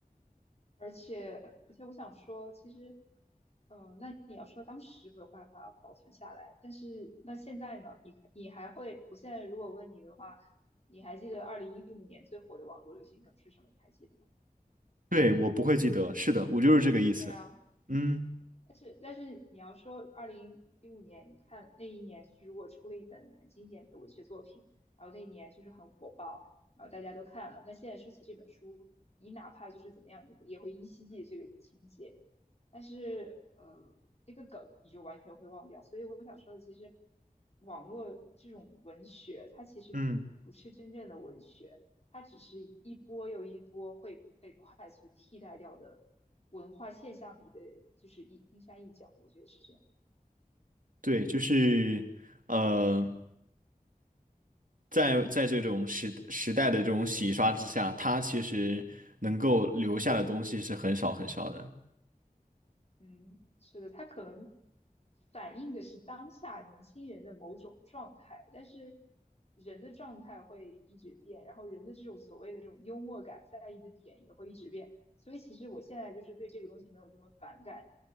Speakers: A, on the left; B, on the right.
A: 而且而且我想说，其实，嗯、那你要说当时没有办法保存下来，但是那现在呢？你看你还会，我现在如果问你的话，你还记得二零一五年最火的网络流行梗是什么？你还记得吗？
B: 对，我不会记得，是的，我就是这个意思。
A: 对啊，
B: 嗯。
A: 但是但是你要说二零一五年，你看那一年就是如果出了一本很经典的文学作品，然后那一年就是很火爆，然后大家都看了，那现在说起这本书，你哪怕就是怎么样，你也会也会依稀记得这个情节。但是呃，这个梗你就完全会忘掉。所以我想说的，其实网络这种文学，它其实不是真正的文学，
B: 嗯
A: 它只是一波又一波会被快速替代掉的文化现象里的，就是一冰山一角。我觉得是这样。
B: 对，就是，呃，在在这种时时代的这种洗刷之下，它其实能够留下的东西是很少很少的。
A: 嗯，是的，它可能反映的是当下年轻人的某种状态，但是人的状态会一直变，然后人的这种所谓的这种幽默感在意的点也会一直变，所以其实我现在就是对这个东西没有这么反感，